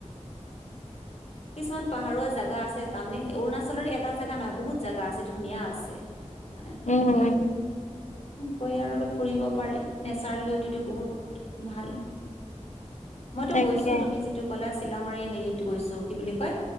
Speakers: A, on the left; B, on the left.
A: কিছুমান পাহাৰুৱা জাগা আছে তাৰমানে অৰুণাচলৰে এটা জাগা নহয় বহুত জাগা আছে ধুনীয়া আছে। মানে তেনেকে
B: উম উম।
A: গৈ আৰু অলপ ফুৰিব পাৰি নেচাৰেল বিউটিটো বহুত ভাল। মইতো
B: তাকে
A: গৈছো তুমি যিটো কলা শিলংৰ হেৰিত গৈছো। কি বুলি কয়